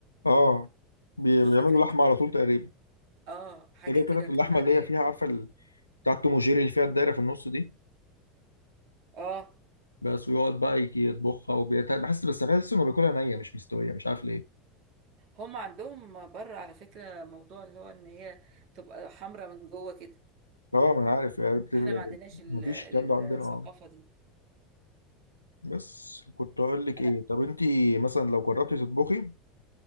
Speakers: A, on the left; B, on the right.
A: اه بي-
B: مش
A: بيعملوا
B: فاكرة
A: لحمه
B: اسمه
A: على طول تقريبا
B: اه حاجة
A: ده جايب
B: كده
A: قطعه
B: كان
A: اللحمه
B: عليه
A: اللي هي فيها عارفه ال- بتاعه توم وجيري اللي فيها الدايره في النص دي
B: اه
A: بس ويقعد بقى يجي يطبخها وبيت... بحس بس بحس انه بياكلها نيه مش مستويه مش عارف ليه
B: هم عندهم بره على فكرة موضوع اللي هو ان هي تبقى حمرا من جوه كده
A: اه ما انا عارف يعني بتبقى-
B: احنا ما عندناش ال-
A: مفيش
B: ال-
A: الكلام ده عندنا
B: الثقافة
A: اه
B: دي
A: بس كنت اقول لك
B: انا
A: ايه طب انت
B: مم.
A: مثلا لو جربتي تطبخي